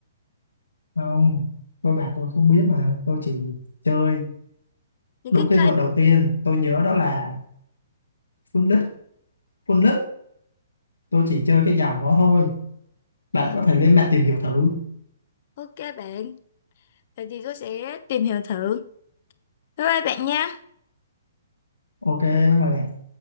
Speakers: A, on the left; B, on the left.
A: không tôi bảo tôi không biết mà tôi chỉ chơi
B: những
A: đúng
B: cái
A: cái
B: cây
A: vợt đầu tiên tôi nhớ đó là full lít full lít tôi chỉ chơi cái dòng đó thôi bạn
B: à,
A: có thể lên mạng tìm hiểu thử
B: ok bạn vậy thì tôi sẽ tìm hiểu thử bye bye bạn nha
A: ok bye bye bạn.